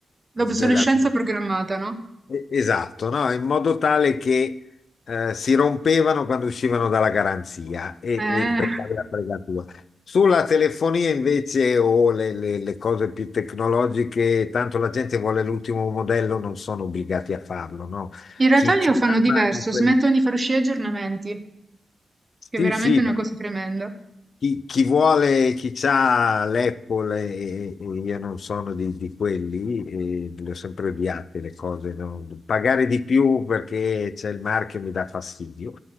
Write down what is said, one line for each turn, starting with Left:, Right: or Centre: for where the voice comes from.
Right: L'obsolescenza
Left: della,
Right: programmata, no?
Left: e- Esatto, no? In modo tale che eh, si rompevano quando uscivano dalla garanzia e,
Right: Eh.
Left: e per fare la fregatura. Sulla telefonia invece o le, le- le cose più tecnologiche, tanto la gente vuole l'ultimo modello, non sono obbligati a farlo, no?
Right: In realtà
Left: Chi,
Right: lì
Left: chi
Right: lo fanno diverso,
Left: ama quel-
Right: smettono di far uscire aggiornamenti,
Left: Sì,
Right: che è veramente
Left: sì,
Right: una
Left: ma
Right: cosa tremenda.
Left: chi, chi vuole, chi ha l'Apple e, e io non sono di, di quelli, e le ho sempre odiate le cose, no? Pagare di più perché c'è il marchio mi dà fastidio,